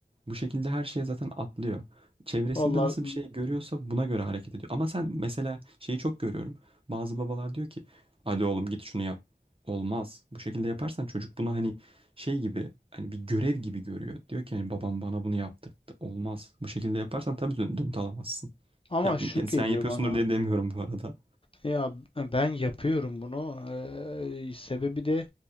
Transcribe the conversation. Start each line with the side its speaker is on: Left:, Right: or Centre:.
Right: Bu şekilde her şeye zaten atlıyor. Çevresinde
Left: Valla
Right: nasıl bir şey görüyorsa buna göre hareket ediyor. Ama sen mesela şeyi çok görüyorum. Bazı babalar diyor ki hadi oğlum git şunu yap. Olmaz. Bu şekilde yaparsan çocuk bunu hani şey gibi hani bir görev gibi görüyor. Diyor ki hani babam bana bunu yaptırdı. Olmaz. Bu şekilde yaparsan tabii dön dönüt alamazsın.
Left: ama
Right: Yap,
Left: şu
Right: yani
Left: geliyor
Right: sen yapıyorsundur
Left: bana
Right: diye demiyorum bu arada.
Left: Ya e, ben yapıyorum bunu. Eee, sebebi de